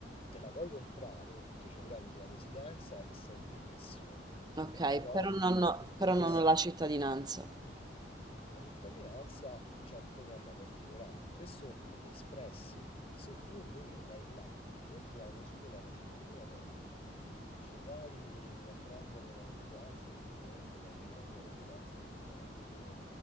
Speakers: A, on the left (about 35°); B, on the right (about 25°).
A: te la puoi comprare, te ci prendi la residenza e stai benissimo,
B: ok,
A: però
B: però
A: dice
B: non
A: se
B: ho,
A: ti interessa.
B: però non ho la cittadinanza,
A: La cittadinanza c'è un programma particolare, questo quelle espresse. Se tu invece vai là, ti compri la casupola da 5.000 dollari, ci vai a prendere la residenza, quindi ovviamente quando prendi la residenza gli devi garantire